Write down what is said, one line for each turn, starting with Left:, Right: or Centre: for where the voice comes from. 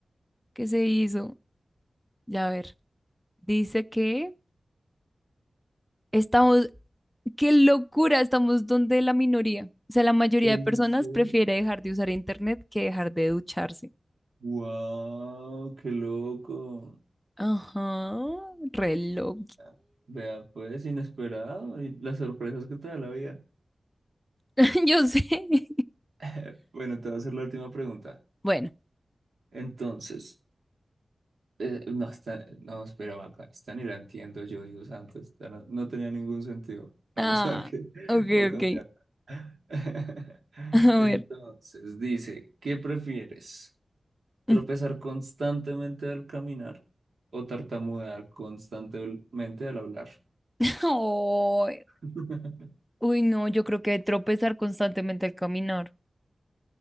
Centre: ¿qué se hizo? Ya a ver. Dice que estamos, qué locura, estamos donde la minoría. O sea, la mayoría
Right: En
Centre: de personas
Right: serio.
Centre: prefiere dejar de usar internet que dejar de ducharse.
Right: Wow, qué loco.
Centre: Ajá, reloj.
Right: Ah, Vea, pues inesperado y las sorpresas que te da la vida.
Centre: <laughs> Yo sé. <laughs>
Right: <laughs> Bueno, te voy a hacer la última pregunta.
Centre: Bueno.
Right: Entonces, eh, no, está, no, espera, vaca, esta ni la entiendo yo, Dios santo, esta no, no tenía ningún sentido. Vamos
Centre: Ah,
Right: a ver qué <laughs>
Centre: ok,
Right: va a cambiar.
Centre: ok.
Right: <laughs>
Centre: <laughs> A
Right: Entonces,
Centre: ver.
Right: dice, ¿qué prefieres? ¿Tropezar
Centre: <laughs>
Right: constantemente al caminar o tartamudear constantemente al hablar?
Centre: Ay,
Right: <laughs>
Centre: uy, no, yo creo que tropezar constantemente al caminar.